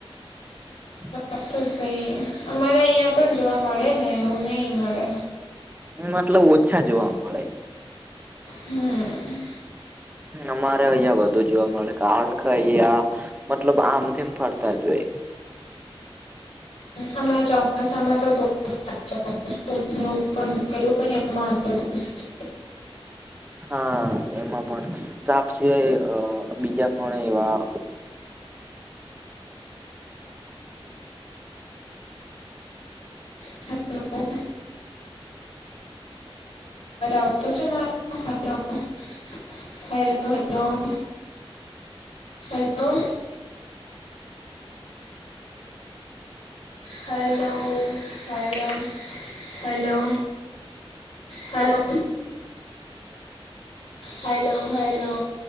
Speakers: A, on the right (about 15°); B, on the left (about 80°).
A: <inaudible>
B: આ તો શે અમારે અહીંયા પણ જોવા મળે ને એવું નહીં મળે
A: મતલબ ઓછા જોવા મળે.
B: હમ
A: અમારે અહિયાં વધુ જોવા મળે કારણ કે અહયા મતલબ આમ તેમ ફરતા જ હોય
B: હમણાં ચોમાસામાં તો બો <unintelligible> હોય ને <unintelligible>
A: હા એમાં પણ સાપ સિવાય બીજા પણ એવા
B: જાય હેલો તો છે hello hello hello hello hello hello hello hello hello hello